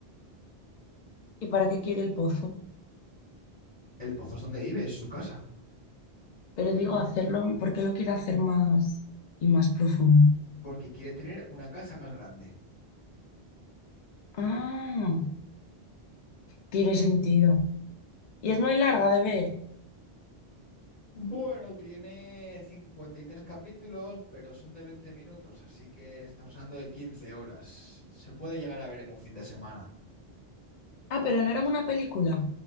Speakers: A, on the left; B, on the left.
A: ¿Y para qué quiere el pozo?
B: El pozo es donde vive, es su casa,
A: Pero digo, hacerlo porque lo quiero hacer más y más profundo.
B: porque quiere tener una casa más grande.
A: Ah, tiene sentido. Y es muy larga de ver.
B: Bueno, tiene 53 capítulos, pero son de 20 minutos, así que estamos hablando de 15 horas. Se puede llegar a ver en un fin de semana.
A: Ah, pero no era una película.